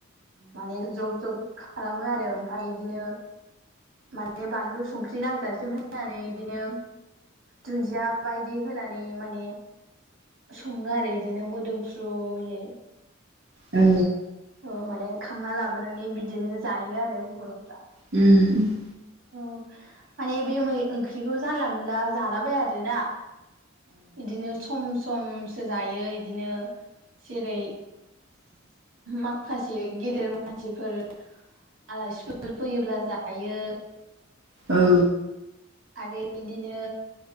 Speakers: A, on the right; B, on the right.
A: माने जब जब खालामो आरो ओमफाय इदिनो माने बानलु संख्रि नांजासिम होनानै बिदिनो दुन्दिया बायदि होनानै माने सङो आरो बिदिनो मोदोमफ्र्रुयै
B: औ
A: औ माने खांना लाबोनानै बिदिनो जायो आरो बर'फ्रा
B: ओम
A: औ माने बे मै ओंख्रिखौ जानला मोनला जालाबाय आरोना इदिनो सम समसो जायो बिदिनो जेरै माखासे गेदेर मानसिफोर आलासिफोर फैयोब्ला जायो
B: औ
A: आरो इदिनो